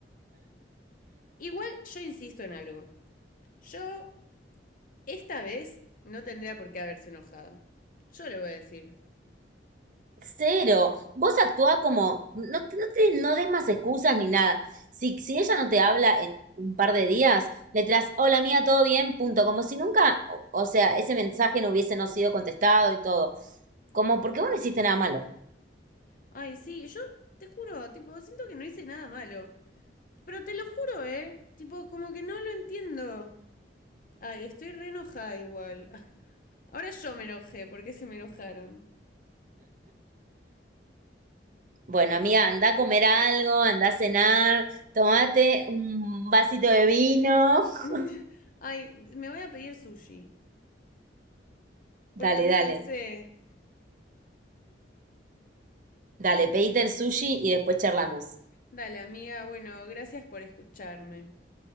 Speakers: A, on the left; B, on the right.
A: igual yo insisto en algo. Yo esta vez no tendría por qué haberse enojado. Yo le voy a decir.
B: Cero. Vos actúa como. No, te- no, te, no des más excusas ni nada. Si, si ella no te habla en un par de días, le traes hola mía, todo bien, punto. Como si nunca. O, o sea, ese mensaje no hubiese no sido contestado y todo. Como, porque vos no hiciste nada malo?
A: Ay, sí, yo te juro, tipo, siento que no hice nada malo. Pero te lo juro, ¿eh? Tipo, como que no lo entiendo. Ay, estoy re enojada igual. Ah, Ahora yo me enojé porque se me enojaron.
B: Bueno,
A: Bueno,
B: amiga, anda a comer algo, anda a cenar, tomate un vasito de vino. <laughs>
A: Mm, Ay, me voy a pedir sushi, porque
B: Dale,
A: me
B: dale.
A: estresé.
B: Dale, pedite el sushi y después charlamos.
A: Dale, amiga, bueno, gracias por escucharme.